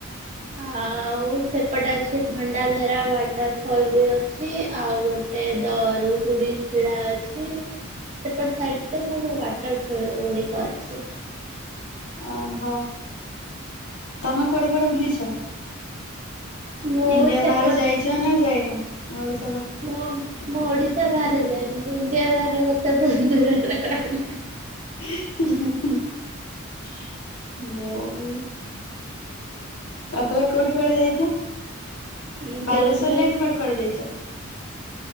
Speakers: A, on the right; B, on the left.
A: ଆଉ ସେପଟେ ଅଛି ଖଣ୍ଡା ଧାରା ୱାଟର ଫଲ ବି ଅଛି ଆଉ ଗୋଟେ ଦରୁଗୁଡି ଶିଳା ଅଛି ସେପଟ ସାଇଡ ସବୁ ୱାଟର ଫଲ ଗୁଡିକ ଅଛି।
B: ଓହୋ ତମେ କୁଆଡେ କୁଆଡେ ବୁଲିଚ?
A: ମୁଁ
B: ଇଣ୍ଡିଆ
A: ସେପଟ
B: ବାହାରେ ଯାଇଚ ନା ଯାଇନ? <unintelligible>
A: ମୁଁ ମୋ ଓଡିଶା ବାହାରେ ଯାଇନି ଇଣ୍ଡିଆ ବହାରେ କଥା ତ ଦୂର ରେ ରହିଲା।
B: <unintelligible> ଜ <unintelligible> ହ ଆଉ ତମେ କୋଉଠି କୁଆଡେ ଯାଇଚ?
A: ମୁଁ
B: ବାଲେଶ୍ଵର
A: କେଉଁଝର
B: ଲାଇନ କୁଆଡେ କୁଆଡେ ଯାଇଚ?